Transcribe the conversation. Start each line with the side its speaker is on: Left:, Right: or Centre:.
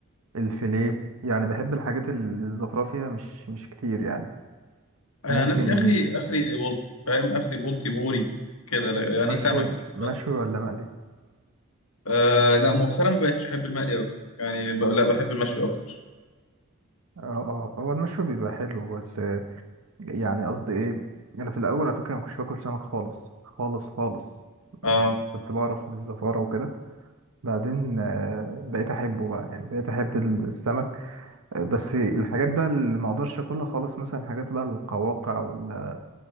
Right: الفيليه يعني بحب الحاجات اللي الزفره فيها مش مش كتير يعني
Left: انا
Right: ممكن
Left: عن نفسي اخري اخري بولت فاهم اخري بولتي بوري كده لا- يعني
Right: مشوي
Left: سمك
Right: مشوي
Left: بس
Right: ولا مقلي
Left: آه لا مؤخرا ما بقتش احب المقلي قوي يعني ب... لا بحب المشوي اكتر
Right: اه آه، هو المشوي بيبقى حلو بس يعني قصدي ايه انا في الاول على فكره ما كنتش باكل سمك خالص خالص خالص ما
Left: اه
Right: كنت بعرف من الزفاره وكده بعدين آه، بقيت احبه بقى يعني بقيت احب السمك آه، بس الحاجات بقى اللي ما اقدرش اكلها خالص مثلا حاجات بقى القواقع وال-